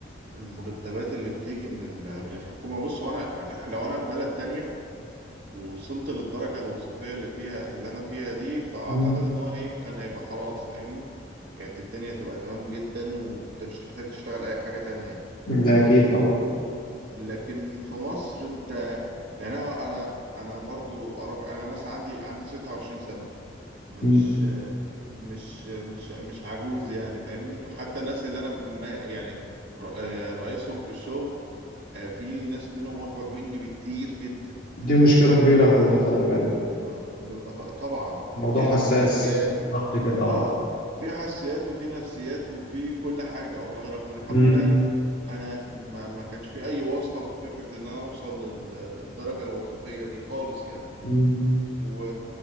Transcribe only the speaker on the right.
المرتبات اللي بتيجي من ال- من الحكومه بص هو انا يعني لو انا في بلد تانية ووصلت للدرجه الوظيفيه اللي فيها اللي انا فيها دي فاعتقد
ان هو ايه كان هيبقى خلاص فاهمني كانت الدنيا هتبقى تمام جدا وانت مش هتحتاج تشتغل اي حاجه تانية يعني
لكن في مصر انت يعني انا انا أنا برضو اعرف انا مثلا عندي عندي 26 سنه انا
مش مش مش مش عجوز يعني فاهمني حتى الناس اللي انا ما يعني ر- آه، رئيسهم في الشغل آه، في ناس منهم اكبر مني بكتير جدا
يعني
ب- بيبقى ط- طبعا
في
حساسيات <laughs>
اه في حساسيات وفي نفسيات وفي كل حاجة والله رغم ان الحمد
لله يعني انا ما ما كانش في اي واسطة في فكرة ان انا اوصل لل- للدرجة الوظيفية دي خالص يعني
و